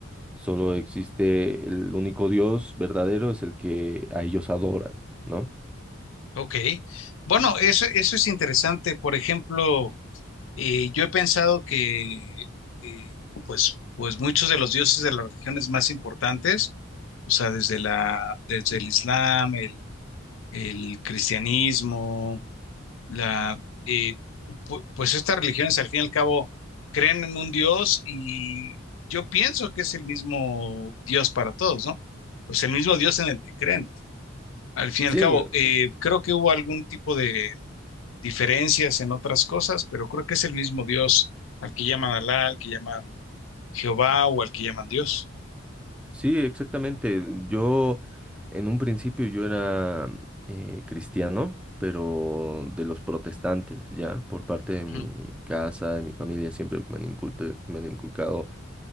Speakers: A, in the centre; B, on the left (about 75°).
A: solo existe el único Dios verdadero, es el que a ellos adoran, ¿no?
B: ok. Bueno, eso, eso es interesante. Por ejemplo, eh, yo he pensado que, eh, pues, pues muchos de los dioses de las religiones más importantes, o sea, desde la, desde el Islam, el, el cristianismo, la, eh, pues estas religiones al fin y al cabo creen en un Dios y yo pienso que es el mismo Dios para todos, ¿no? Pues el mismo Dios en el que creen. Al fin y
A: Sí,
B: al cabo, eh, creo que hubo algún tipo de diferencias en otras cosas, pero creo que es el mismo Dios al que llaman Alá, al que llaman Jehová o al que llaman Dios.
A: Sí, exactamente. Yo en un principio yo era eh, cristiano, pero de los protestantes, ya, por parte de
B: Ujú.
A: mi casa, de mi familia, siempre me han inculte- me han inculcado